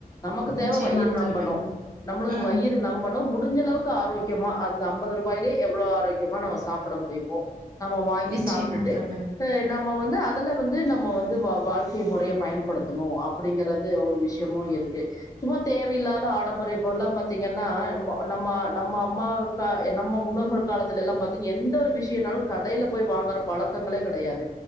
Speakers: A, on the left; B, on the right.
A: நமக்கு
B: நிச்சயமா
A: தேவ வயிறு நம்பணும்
B: தோழி
A: நம்மளுக்கு
B: ம்
A: வயிறு நம்பனும் முடிஞ்ச அளவுக்கு ஆரோக்கியமா அந்த ஐம்பது ரூபாயிலயே எவ்வளவு ஆரோக்கியமா நம்ம சாப்பிட முடியமோ நம்ம வாங்கி
B: நிச்சயமா
A: சாப்ட்டுட்டு
B: தோழி
A: வந்து நம்ம வந்து அதுல வந்து நம்ம வந்து வா வாழ்க்கை முறையை பயன்படுத்தணும் அப்பிடிங்ற வந்து ஒரு விஷயமும் இருக்கு சும்மா தேவையில்லாத ஆடம்பர இப்போ எல்லாம் பா த்தீங்கன்னா நம்மோ நம்ம நம்ம அம்மாவுக்க நம்ம முன்னோர்கள் காலத்துல எல்லாம் பாத்தீங்க எந்த ஒரு விஷயனாலும் கடைல போய் வாங்குற பழக்கங்களே கிடையாது